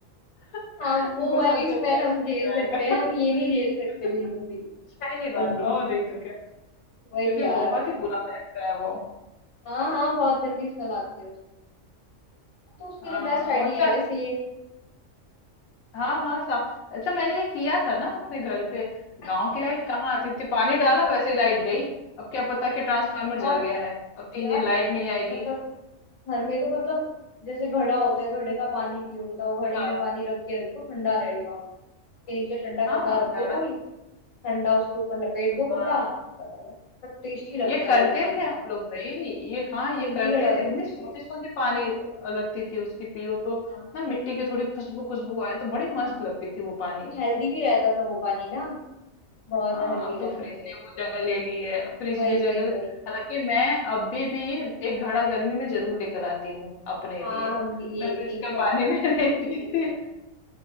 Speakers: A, on the left; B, on the left.
A: <laughs>
B: हाँ वो
A: गुलाब
B: वाली
A: जल
B: स्मेल
A: का
B: हम
A: स्मेल
B: झेल सकते
A: आएगा
B: हैं हम ये नहीं झेल सकते
A: <laughs>
B: बिल्कुल भी
A: सही बात
B: गंदी
A: और नहीं तो क्या
B: वही
A: क्योंकि
B: यार
A: बहुत ही बुरा महकता है वो
B: हाँ हाँ बहुत गंदी स्मेल आती है उसकी हाँ, तो उसके
A: हाँ
B: लिए बेस्ट
A: और
B: आइडिया
A: अच्छा
B: है वैसे ये
A: हाँ हाँ सा अच्छा मैंने ये किया था ना अपने घर पे
B: अच्छा,
A: गांव की लाइट कहाँ आती थी पानी डाला वैसे ही लाइट गई
B: हाँ।
A: अब क्या पता कि ट्रांसफार्मर जल
B: और
A: गया है अब तीन
B: यार
A: दिन लाइट नहीं आएगी
B: मतलब घर में तो मतलब जैसे घड़ा होता है घड़े का पानी पियो बताओ घड़े
A: हाँ
B: में पानी रख के रखो ठंडा रहेगा उसके नीचे ठंडा
A: हाँ
B: कपड़ा रख
A: घड़ा
B: दो कोई ठंडा उसके ऊपर लपेट
A: हाँ
B: दो कपड़ा बताओ यार बहुत टेस्टी लगता
A: ये
B: है
A: करते
B: और वो पानी
A: थे हम लोग भाई ये हाँ ये
B: हम भी
A: करते
B: घड़ा करते
A: थे कितनी सोती
B: थे
A: सोती पानी लगती थी उसकी पियो तो
B: हाँ
A: ना मिट्टी की थोड़ी खुशबू खुशबू आए तो बड़ी मस्त
B: हाँ
A: लगती थी वो पानी
B: हेल्दी भी रहता था वो पानी ना बहुत
A: हाँ
B: हेल्दी
A: अब तो
B: रहता
A: फ्रिज
B: था बॉडी
A: ने वो
B: पे
A: जगह ले ली है फ्रिज
B: वही
A: ने जगह
B: वही
A: ले-
B: वही
A: हालांकि मैं अभी भी एक घड़ा गर्मी में जरूर लेकर आती हूँ अपने
B: हाँ
A: लिए
B: हम भी
A: मैं
B: एक
A: फ्रिज
B: एक
A: का
B: घड़ा
A: पानी में <laughs> नहीं
B: पीएंगे
A: पीती